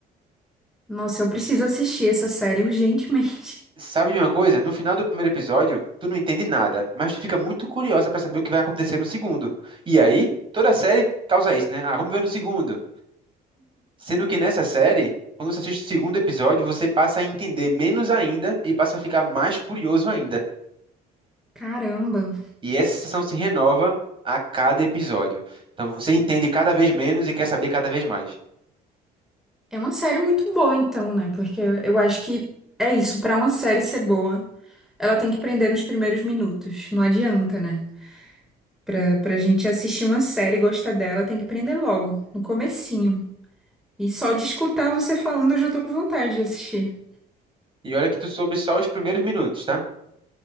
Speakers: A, in the centre; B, on the right.
A: Nossa, eu preciso assistir essa série urgentemente.
B: Sabe de uma coisa? No final do primeiro episódio, tu não entende nada, mas tu fica muito curiosa pra saber o que vai acontecer no segundo. E aí, toda a série causa isso, né? Ah, vamos ver no segundo. Sendo que nessa série, quando você assiste o segundo episódio, você passa a entender menos ainda e passa a ficar mais curioso ainda.
A: Caramba.
B: E essa sensação se renova a cada episódio. Então você entende cada vez menos e quer saber cada vez mais.
A: É uma série muito boa, então, né? Porque eu acho que é isso, pra uma série ser boa, ela tem que prender nos primeiros minutos. Não adianta, né? Pra, pra gente assistir uma série e gostar dela, tem que prender logo, no comecinho. E só de escutar você falando, eu já tô com vontade de assistir.
B: E olha que tu soube só os primeiros minutos, tá?